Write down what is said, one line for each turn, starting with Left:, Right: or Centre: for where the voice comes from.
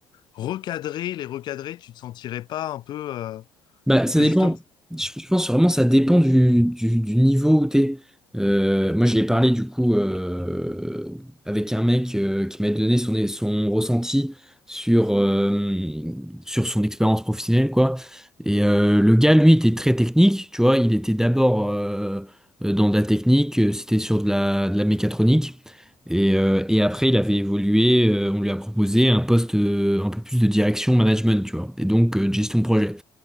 Left: recadrer, les recadrer, tu te sentirais pas un peu euh,
Centre: Bah, ça
Left: bah,
Centre: dépend.
Left: justement.
Centre: Je, je pense vraiment ça dépend du, du, du niveau où t'es. Euh, moi, je l'ai parlé du coup euh, avec un mec euh, qui m'a donné son, son ressenti sur, euh, sur son expérience professionnelle, quoi. Et euh, le gars, lui, était très technique, tu vois. Il était d'abord euh, dans de la technique, euh, c'était sur de la, de la mécatronique. Et, euh, et après, il avait évolué, euh, on lui a proposé un poste euh, un peu plus de direction management, tu vois. Et donc, euh, de gestion de projet.